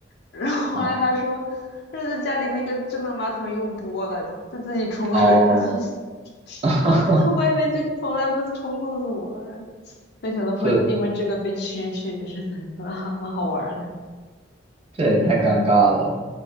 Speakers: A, on the left; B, on the right.
A: 然后后来他说这是家里那个智能马桶用多了，
B: 哦
A: 就自己冲水了，
B: 哦，
A: <laughs>
B: <laughs>
A: 然后他在外面就从来不冲厕所，没想到会因为这个被蛐蛐，
B: 这
A: 也是蛮蛮蛮好玩儿的，
B: 这也太尴尬了。